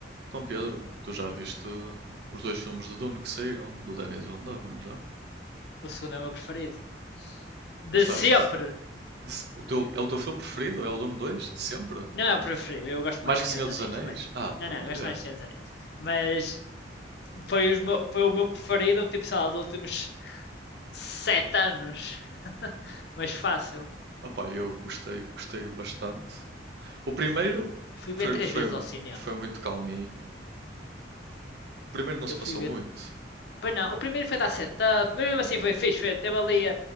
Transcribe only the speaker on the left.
O segundo é o meu preferido. De
sempre.
Não é o preferido, eu gosto
mais
de Senhor
dos
Anéis.
Mas...
Não, não,
gosto
mais de Senhor dos Anéis. Mas foi, os meu, foi o meu preferido, tipo, sei lá, dos últimos sete anos. Mas fácil.
Fui
ver três
vezes ao cinema.
Eu fui
ver
Pois não, o primeiro foi dar setup, mas mesmo assim foi fixe, foi, teve ali